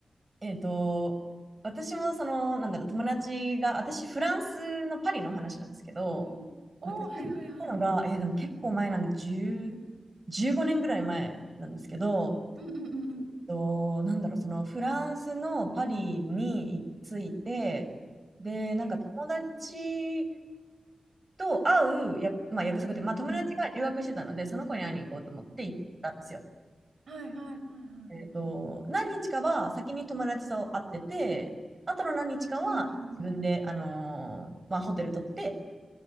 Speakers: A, on the right (about 40°); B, on the right (about 75°).
A: えっと、私もその、なんだろう、友達が、私、フランスのパリの話なんですけど、
B: おーおー、
A: 私行ったのが、
B: はいはいはい。
A: えーでも結構前なんで、10、15年ぐらい前なんですけど、
B: うんうんうんうん。
A: と、なんだろう、そのフランスのパリに着いて、で、なんか友達
B: ええ、
A: と会うや、まあ、約束って、まあ、友達が留学してたので、
B: うん。
A: その子に会いに行こうと思って行ったんですよ。
B: はいはいはいはい。
A: えっと、何日かは先に友達と会ってて、あとの何日かは自分で、
B: うんうんうん。
A: あのーまあ、ホテル取って